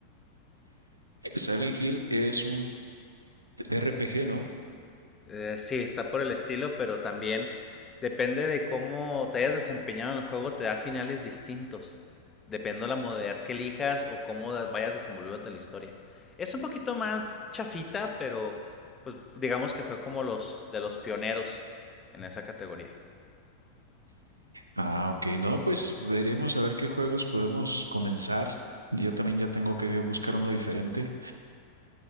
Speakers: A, on the right (about 80°); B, on the left (about 20°).
A: Silent Hill es un RPG, ¿no?
B: Eh, sí, está por el estilo, pero también depende de cómo te hayas desempeñado en el juego, te da finales distintos. Depende de la modalidad que elijas o cómo da- vayas desenvolviéndote en la historia. Es un poquito más chafita, pero pues digamos que fue como los de los pioneros en esa categoría.
A: Ah, ok, no, pues veremos a ver qué juegos podemos comenzar. Yo también ya tengo que buscar uno diferente.